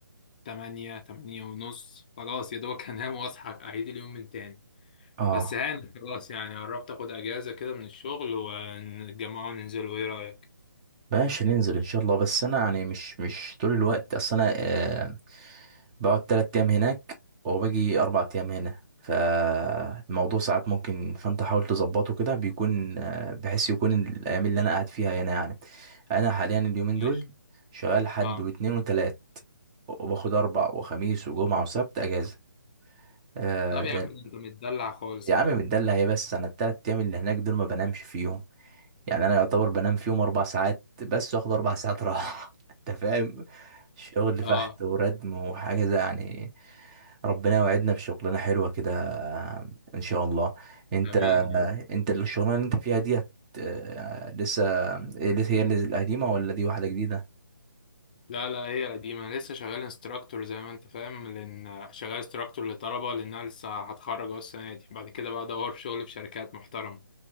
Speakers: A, on the left; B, on the right.
A: 8 8 ونص خلاص يا دوبك هنام واصحى اعيد اليوم من تاني
B: اه
A: بس هاني خلاص يعني قربت اخد اجازه كده من الشغل ونتجمع وننزل وايه رايك
B: ماشي ننزل ان شاء الله بس انا يعني مش مش طول الوقت اصل انا آه بقعد تلات ايام هناك وباجي اربع ايام هنا فالموضوع ساعات ممكن فانت حاول تظبطه كده بيكون آه، بحيث يكون الايام اللي انا قاعد فيها هنا يعني انا حاليا اليومين
A: ماشي
B: دول شغال حد
A: اه
B: واتنين وتلات وباخد اربع وخميس وجمعة وسبت اجازة آه
A: طب
B: ده
A: يا عم ده انت متدلع خالص
B: يا
A: اهو
B: عم متدلع ايه بس انا التلات ايام اللي هناك دول ما بنامش فيهم يعني انا يعتبر بنام فيهم اربع ساعات بس واخد اربع ساعات راحة <laughs> انت فاهم شغل
A: اه
B: فحت وردم وحاجة زي يعني ربنا يوعدنا بشغلانة حلوة كده ان شاء الله انت
A: امين يا رب
B: انت الشغلانة اللي انت فيها ديت آه، لسه إيه، لسه هي اللي القديمة ولا دي واحدة جديدة
A: لا لا هي قديمه أنا لسه شغال انستراكتور زي ما انت فاهم لان شغال انستراكتور لطلبه لانها لسه هتخرج اهو السنه دي بعد كده بقى ادور في شغل في شركات محترمه